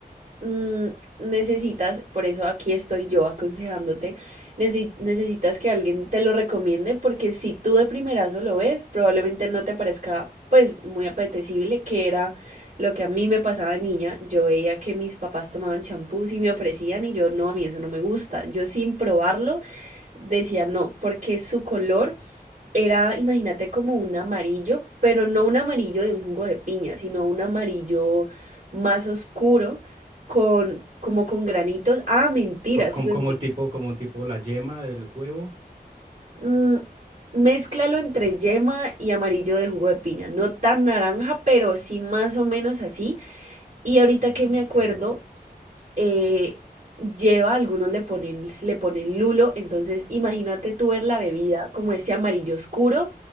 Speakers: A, on the right; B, on the right.
A: mm, necesitas, por eso aquí estoy yo aconsejándote, necesi- necesitas que alguien te lo recomiende porque si tú de primerazo lo ves, probablemente no te parezca pues muy apetecible, que era lo que a mí me pasaba de niña. Yo veía que mis papás tomaban champús y me ofrecían y yo no, a mí eso no me gusta. Yo sin probarlo decía no, porque su color era, imagínate, como un amarillo, pero no un amarillo de un jugo de piña, sino un amarillo más oscuro, con, como con granitos. Ah, mentira,
B: Co-
A: se
B: Como,
A: me
B: como
A: olvidó.
B: tipo, como tipo la yema del huevo.
A: Mm, mézclalo entre
B: Mm,
A: yema y amarillo de jugo de piña. No tan naranja, pero sí más o menos así. Y ahorita
B: No
A: que me
B: entiendo.
A: acuerdo, eh, lleva, algunos le ponen, le ponen lulo, entonces imagínate tú ver la bebida como ese amarillo oscuro,